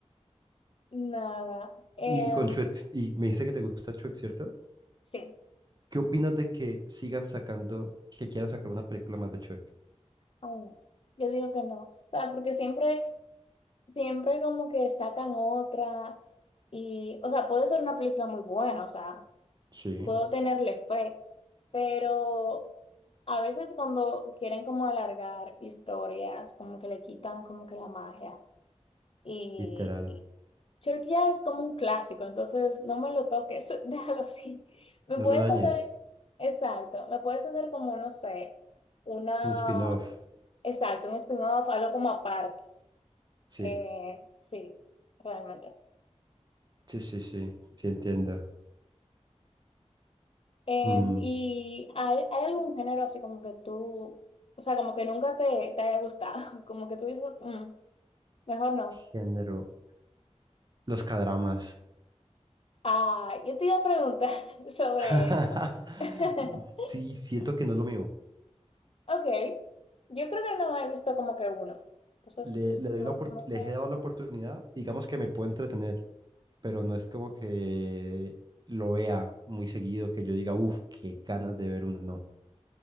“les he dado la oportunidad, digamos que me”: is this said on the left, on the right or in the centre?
Right